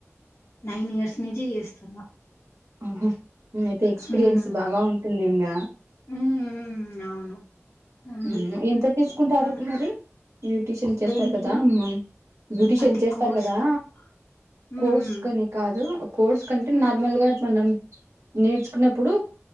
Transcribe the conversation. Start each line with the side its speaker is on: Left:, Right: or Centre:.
Left: నైన్ ఇయర్స్ నుంచి చేస్తున్నా.
Right: అవునా అయితే ఎక్స్పీరియన్స్
Left: హ్మ్
Right: బాగా ఉంటుంది. ఇంగా
Left: హ్మ్ హ్మ్. అవును ఉంది
Right: ఉహ్మ్ ఎంత తీసుకుంటారు.
Left: హ్మ్.
Right: మరి బ్యూటీషియన్ చేస్తారు
Left: దేనికి
Right: కదా. బ్యూటీషియన్
Left: అంటే
Right: చేస్తారు
Left: కోర్స్గా
Right: కదా.
Left: హ్మ్
Right: కోర్స్
Left: హ్మ్
Right: కని కాదు కోర్స్ కంటే
Left: హ్మ్
Right: నార్మల్ గా మనం. నేర్చుకున్నప్పుడు.